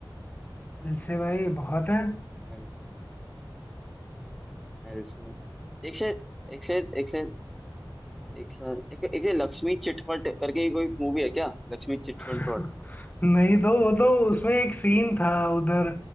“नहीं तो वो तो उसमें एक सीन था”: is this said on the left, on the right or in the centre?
Left